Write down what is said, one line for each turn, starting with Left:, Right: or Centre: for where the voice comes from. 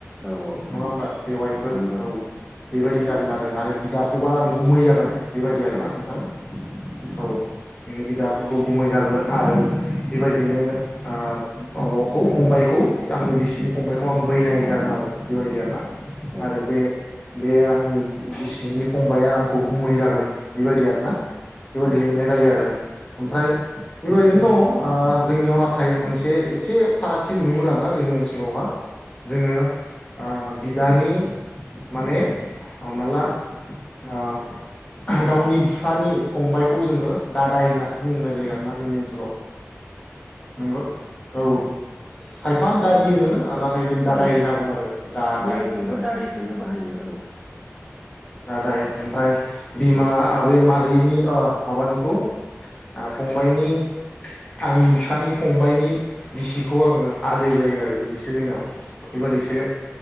Centre: औ औ
Left: नङा होमबा बेवाइफोर
Centre: नंगौ
Left: औ बे बायदि जागोन आरो आरो बिदाखौबा आं गुमै जागोन बेबायदि आरोना
Centre: औ
Left: नोंथां औ बिदाफोर खौ गुमै जागोन आरो बेबायदिनो ओ माबाखौ फंबायखौ आंनि बिसिनि फंबबायखौ आं बैनाय जागोन आरो बेबायदिय ना
Centre: औ
Left: आरो
Centre: औ
Left: बे बे आंनि बिसिनि फंबाया आंखौ गुमै जागोन बेबायदि आरो ना बेबायाददि
Centre: अ
Left: लिंनाय जायो आरो ओमफ्राय बेबायदिनो दङ ओ जोंनियाव नाथाय मोनसे एसे फारागथि नुयो आरोना जोंनि ओनसोलावहा जोङो ओ बिदानि माने हमना ला ओ गावनि बिफानि फंबायखौ जोङो दादाय होननासो बुंनाय जायो आरोना जोंनि ओनसोल हेल' नंगौ औ खायफा दादि होनो नाथाय जों दादाय
Centre: औ
Left: होनना बुंङो आरो दा
Centre: जोंनिथिंबो
Left: दायदि
Centre: दादैखौनो बाहायो औ
Left: नाथाय ओमफ्राय बिमा बे मादैनि ओ माबानिखौ ओ फंबायनि आंनि बिफानि फंबाइनि बिसिखौ आङो आदै जायो आरो बिदिसो जोंनाव बेबादिसो